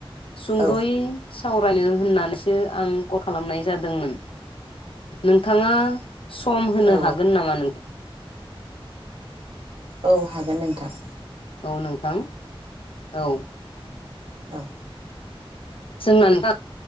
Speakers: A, on the left; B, on the right.
A: सुंद'यै।
B: औ
A: सावरायनो होननानैसो आं कल खालामनाय जादोंमोन नोंथाङा सम होनो
B: औ
A: हागोन नामा नों?
B: औ हागोन नोंथां।
A: औ नोंथां औ।
B: औ।
A: जोंनानै